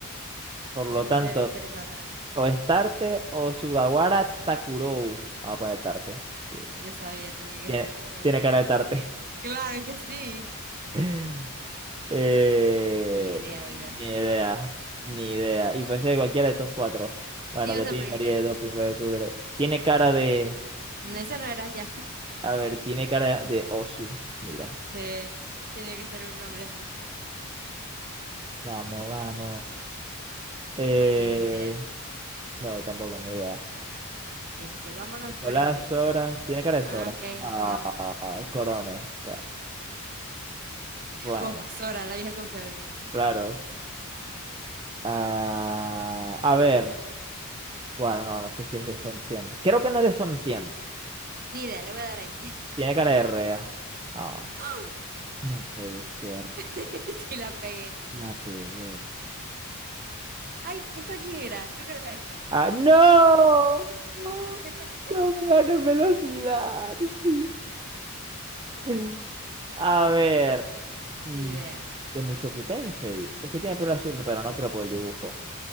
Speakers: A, on the right; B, on the right.
A: por lo
B: Entonces
A: tanto,
B: debe ser esa otra.
A: o es Tarte o Sugawara Takurou. Vamos a poner Tarte. Sí, mira.
B: Yo sabía, tenía que
A: Tiene,
B: ser, claro.
A: tiene cara de Tarte.
B: Claro que sí.
A: <laughs> Eh,
B: Ni idea, oiga.
A: ni idea, ni idea. Y puede ser cualquiera de estos cuatro. Bueno,
B: Sí, o
A: de
B: sea,
A: ti,
B: porque
A: María
B: es que
A: de Doping, puede cualquiera. Tiene cara de.
B: no, esa no era ya.
A: A ver, tiene cara de Osu. Mira.
B: Sí, tenía que ser un nombre así.
A: Vamos, vamos. Eh,
B: Ok, ni idea.
A: no, tampoco, ni idea.
B: Este, vámonos
A: Nicolás
B: por este.
A: Sora, tiene cara de
B: Ah,
A: Sora.
B: ok,
A: Ah,
B: no.
A: Corones. Bueno, bueno,
B: Vos, Sora, la vieja confiable.
A: claro. Ah, a
B: Eh,
A: ver, bueno, no, no sé si es de Som 100. Creo que no es de Som 100.
B: ni idea, le voy a dar a este.
A: Tiene cara de Rea. Ah,
B: <laughs>
A: no puede ser.
B: Sí, la pegué.
A: La pegó.
B: Ay, ¿esta quién era? Creo que era esta.
A: Ah, no. No,
B: <laughs>
A: no me gano en velocidad. no puede ser. A ver. Mm.
B: Ni idea.
A: de Mushoku Tensei. Es que tiene pelo azul, no, pero no creo por el dibujo.